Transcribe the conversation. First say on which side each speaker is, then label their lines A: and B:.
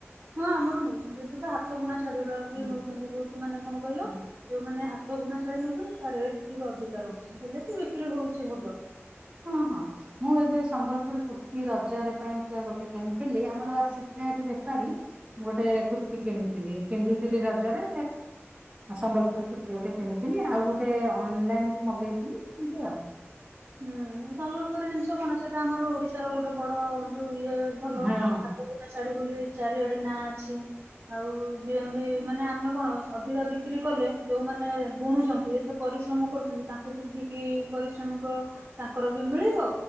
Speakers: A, on the right; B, on the right.
A: ହଁ ଆମର ନେଉଛନ୍ତି ଏଠୁ ତ ହାତ ବୁଣା ଶାଢୀ <unintelligible> ବି
B: ହୁଁ
A: ନଉଛନ୍ତି ବହୁତୁ ମାନେ କଣ କହିଲ
B: ହୁଁ।
A: ଯୋଉମାନେ ହା ହାତ ବୁଣା ଶାଢି ନୋଉଛନ୍ତି ତା ରେଟ ଟିକେ ଅଧିକା ରହୁଛି ହେଲେ ବି ବିକ୍ରି ହଉଛି ଭଲ।
B: ହଁ ହଁ ମୁଁ ଏବେ ସମ୍ବଲପୁର କୃତି ର <unintelligible> ପାଇଁକା ଗୋଟେ କିଣି ଥିଲି ଆମର ଆସିଥିଲା ଏଠି ବେପାରୀ ମୁଁ ଗୋଟେ କୁସ୍ତି କିଣିି ପିନ୍ଧିଥିଲି ରଜରେ ସମ୍ବଲପୁରୀ କୁର୍ତ୍ତି ଗୋଟେ କିଣିଥିଲି ଆଉ ଗୋଟେ ଅନଲାଇନ ମଗେଇଥିଲି ଏମତି ଆଉ।
A: ହୁଁ ସମ୍ବଲପୁରୀ ଜିନିଷ କଣ ସେଇଟା ଆମର ଓଡିଶାର ଗୋଟେ ବଡ ଯୋଉ <unintelligible> ଭଲ
B: ହଁ।
A: ହାତକୁ ଶାଢୀ ବୋଲି ଚାରିଆଡେ ନାଁ ଅଛି ଆଉ ଯିଏବି ମାନେ ଆମେ କଣ ଅଧିକା ବିକ୍ରି କଲେ ଯୋଉମାନେ ବୁଣୁଛନ୍ତି ଏତେ ପରିଶ୍ରମ କରୁଛନ୍ତି ତାଙ୍କୁ ବି ଠିକ ପରିଶ୍ରମିକ ତାଙ୍କର ବି ମିଳିବ